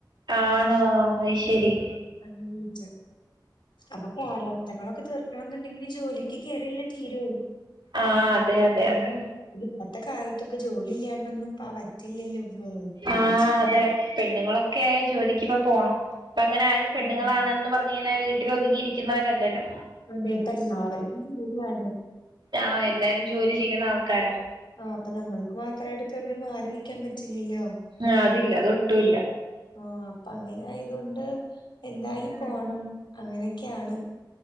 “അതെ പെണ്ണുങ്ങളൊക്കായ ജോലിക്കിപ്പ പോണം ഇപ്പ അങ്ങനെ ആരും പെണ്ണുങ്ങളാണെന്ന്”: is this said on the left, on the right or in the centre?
Right